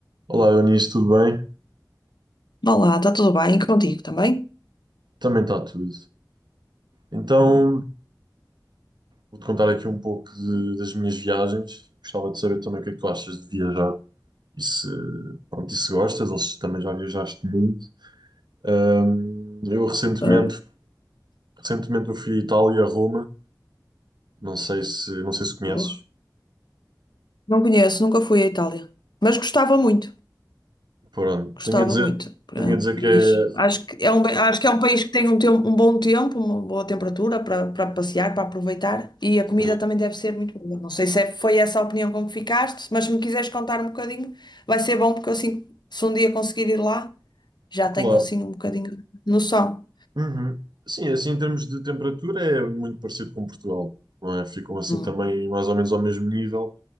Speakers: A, on the right; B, on the left.
A: Olá, Eunice, tudo bem?
B: Olá, está tudo bem? E contigo também?
A: Também está tudo. Então,
B: Boa.
A: vou-te contar aqui um pouco de- das minhas viagens. Gostava de saber também o que é que tu achas de viajar e se, pronto, e se gostas ou se também já viajaste muito. Ahm, eu recentemente,
B: Ah,
A: recentemente eu fui à Itália, a Roma. Não sei se, não sei se conheces.
B: boa. Não conheço, nunca fui à Itália, mas gostava muito,
A: Pronto,
B: gostava
A: tenho a dizer,
B: muito.
A: tenho
B: Ah,
A: a dizer
B: diz-
A: que é,
B: acho que é um, ba- acho que é um país que tem um, tempo, um bom tempo, uma boa temperatura para para passear, para aproveitar e a comida
A: sim,
B: também deve ser muito boa. Não sei se é- foi essa a opinião com que ficaste, mas se me quiseres contar um bocadinho, vai ser bom porque assim, se um dia conseguir ir lá, já
A: claro.
B: tenho assim um bocadinho de noção.
A: Uhum. Sim, assim em termos de temperatura é muito parecido com Portugal, não é? Ficam assim
B: Hum,
A: também mais ou menos ao mesmo nível